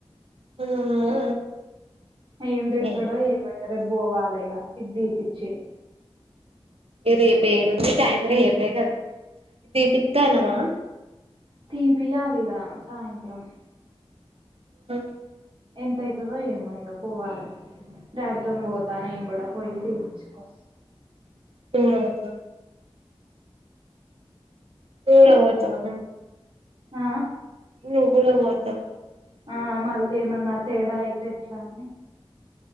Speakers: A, on the right; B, on the right.
A: <unintelligible>
B: ఏం పేడతాడో
A: ఏ
B: ఏమే రేప్ బోవాలి ఇది తిపి చ్చి
A: ఇగ రేపు ఏడుంది టైం రేపే కదా తీపిత్తానవా
B: తీపియాలిగా సాయంత్రం
A: ఉ
B: ఎంత అయితదో ఏమో ఇగా పోవాలి. డాడీతోని పోతా నేను కూడా పోయి తీపిచ్చుకోస్త
A: హ్ అదా <unintelligible> పోతావా
B: ఆ
A: నువ్వు కూడా పోతావ అంటన్న
B: ఆ మళ్ళీ ఏమన్నా తేడా అయితే ఎట్లా అని